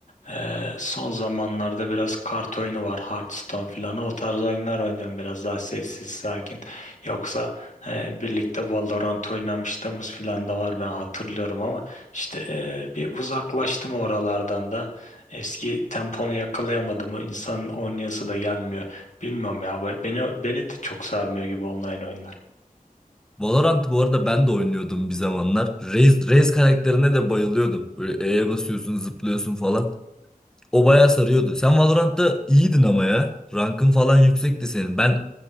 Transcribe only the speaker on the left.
ee, son zamanlarda biraz kart oyunu var. Hearthstone filan. O tarz oyunlar oynuyorum biraz daha sessiz, sakin. Yoksa e, birlikte Valorant oynamışlığımız filan da var ben hatırlıyorum ama işte e, bir uzaklaştım oralardan da. Eski temponu yakalayamadım. O insanın oynayası da gelmiyor. Bilmiyorum ya. be- Beni, beni de çok sarmıyor gibi online oyunlar.